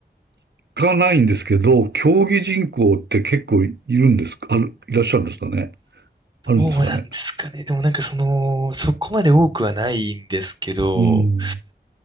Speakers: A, on the right (about 75°); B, on the right (about 25°).
A: 聞かないんですけど、競技人口って結構いるんですかある、いらっしゃるんですかねあるんですかね
B: どうなんですかね。でもなんかその、そこまで多くはないんですけど、
A: うん。